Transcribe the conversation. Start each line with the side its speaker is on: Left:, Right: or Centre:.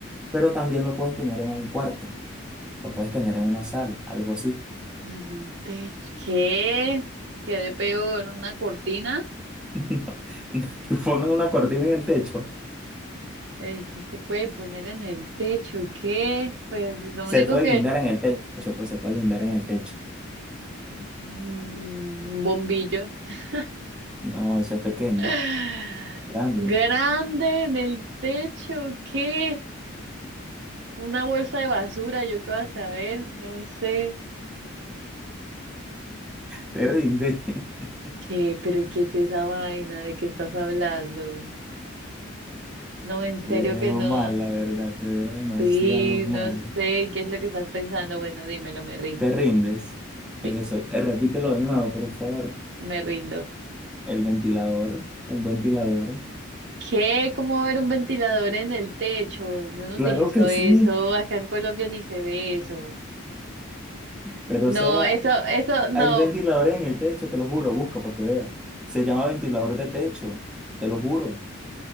Centre: pero también lo puedes tener en un cuarto, lo puedes tener en una sala, algo así. <laughs>
Right: En un techo. ¿Qué? ¿Qué de peor? ¿Una cortina?
Centre: No, no, Tú pones una cortina
Right: <laughs>
Centre: en el techo,
Right: El que se puede poner en el techo, ¿qué? Pues lo
Centre: se
Right: único
Centre: puede
Right: que...
Centre: guindar en el techo, pues se puede guindar en el techo.
Right: Un bombillo. <sighs>
Centre: No, eso es pequeño,
Right: <laughs>
Centre: grande,
Right: Grande en el techo, ¿qué? Una bolsa de basura, ¿yo qué vas a saber? No sé.
Centre: te rinde. <laughs>
Right: ¿Qué? ¿Pero qué es esa vaina? ¿De qué estás hablando? No, en serio
Centre: Te veo
Right: que no.
Centre: mal, la verdad, te veo demasiado
Right: Sí,
Centre: mal.
Right: no sé, ¿qué es lo que estás pensando? Bueno, dímelo, me rindo.
Centre: ¿Te rindes?
Right: Sí,
Centre: Eso, eh, repítelo de nuevo, por favor.
Right: me rindo.
Centre: El ventilador, un ventilador.
Right: ¿Qué? ¿Cómo va a haber un ventilador en el techo? Yo no
Centre: Claro
Right: utilizo
Centre: que
Right: eso,
Centre: sí,
Right: acá en Colombia ni se ve eso.
Centre: pero
Right: No,
Centre: o sea,
Right: eso, eso, no.
Centre: Hay ventiladores en el techo, te lo juro, busca para que veas. Se llama ventilador de techo, te lo juro.